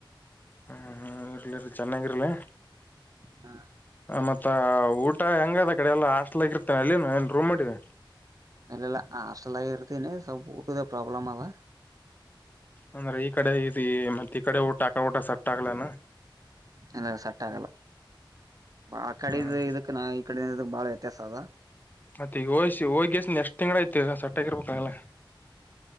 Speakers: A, on the left (about 20°); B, on the right (about 45°).
A: ಹ್ಮ್ ಹ್ಮ್ ಇರ್ಲಿ ಚೆನ್ನಾಗಿರ್ಲಿ.
B: ಹಾ
A: ಮತ್ತ ಊಟ ಹೆಂಗ ಅದ ಕಡೆ ಎಲ್ಲ ಹಸ್ಟಲ್ ಆಗ ಇರ್ತೇನೆ ಅಲ್ಲಿನು ಏನ್ ರೂಮ್ ಮಾಡಿದೆ.
B: ಮಲೆಲ್ಲ ಹಾಸ್ಟೆಲ್ ಆಗಿ ಇರ್ತೀನಿ ಸ್ವಲ್ಪ ಊಟದ ಪ್ರಾಬ್ಲಮ್ ಅದ
A: ಅಂದ್ರೆ ಈ ಕಡೆ ಇ ಮತ್ತತ್ ಈ ಕಡೆ ಊಟ ಆಕ ಊಟ ಸಟ್ ಆಗ್ಲನಾ
B: ಇಲ್ಲ ಸಟ್ ಆಗಲ್ಲ ಆ ಕಡೆದು
A: ಹ್ಮ್
B: ಇದಕ್ ನಾ ಕಡೆ ಬಾಳ ವ್ಯತ್ಯಾಸ ಅದ
A: ಮತ್ತ ಈಗ ಹೋಯಸ ಹೋಗಿಸ ಎಷ್ಟ್ ತಿಂಗಳ ಆಯತು ಸಟ್ಟಗರ್ಬೇಕಾಗಲ್ಲ